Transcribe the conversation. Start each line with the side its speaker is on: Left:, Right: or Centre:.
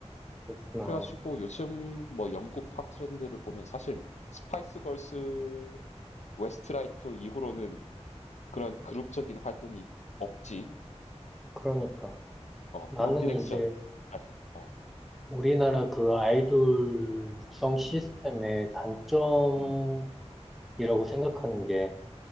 Centre: 그랬구나.
Left: 그래가지고 요즘 뭐 영국 팝 트렌드를 보면 사실 스파이스 걸스, 웨스트라이프 이후로는 그런 그룹적인 활동이 없지.
Centre: 그러니까.
Left: 어,
Centre: 나는
Left: 원 디렉션.
Centre: 이제
Left: 아직, 어,
Centre: 우리나라 그 아이돌 육성 시스템의
Left: 음,
Centre: 단점이라고
Left: 음,
Centre: 생각하는 게